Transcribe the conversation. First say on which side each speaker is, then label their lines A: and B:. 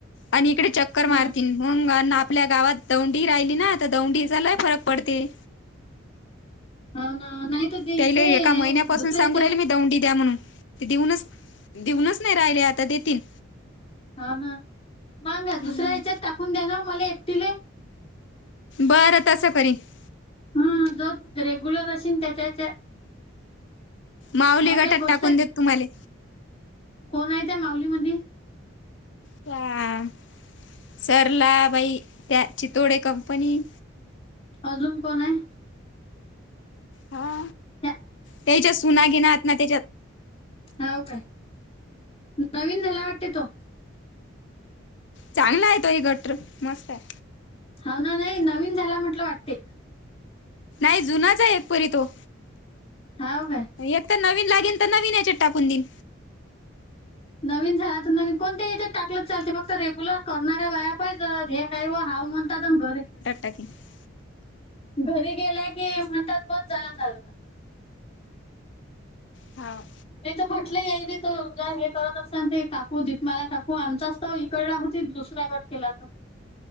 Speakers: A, on the left (about 65°); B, on the left (about 30°).
A: आणि इकडे चक्कर
B: हा
A: मारतील मंग ना आपल्या गावात दौंडी राहिली ना, तर दौंडीचा लय फरक पडते.
B: हां ना. तर ते
A: त्याले
B: इकडे
A: एका
B: आहे,
A: महिन्यापासून
B: दुसऱ्या
A: सांगू
B: याच्या
A: राहील मी दौंडी द्या म्हणून. ते देऊनच देऊनच नाही, राहिले आता देतील.
B: हा हा मंग दुसऱ्या
A: हम्म
B: हेच्यात टाकून दे ना, मला एकटीले.
A: बरं तसं करीन. ‌
B: हम झोप रेग्युलर असेन, तेच्या हेच्या.
A: माऊली गटात
B: काही गोष्ट
A: टाकून देत तुम्हाले.
B: कोण आहे त्या माऊलीमधी?
A: त्या सरला बाई त्या चितोडे कंपनी
B: अजून कोण आहे?
A: हा
B: त्या-
A: त्याच्या सुना घेना आत ना त्याच्यात.
B: हो काय नवीन, झाला वाटते तो.
A: चांगला आहे तो ही गट्र मस्त आहे.
B: हाव ना नाही नवीन झाला म्हटलं वाटते.
A: नाही जुनाच आहे, एक परी तो.
B: हा हाय.
A: एक तर नवीन लागेल तर नवीन, हेच्यात टाकून देईन.
B: नवीन झाल्या तर नवीन कोणत्याही याच्यात टाकलं तरी रेगुलर करणाऱ्या बाया पाहिजेत ह्या काय व हाव म्हणतात, आन घर हाय.
A: <unintelligible>
B: घरी गेल्या की म्हणतात, बस जा <unintelligible>
A: हाव.
B: नाही तर म्हटलं, एक दे तर हे करत असताना ते काकू दीपमाला काकू आमचाच तर इकडला होतीत, दुसरा गट केलातर.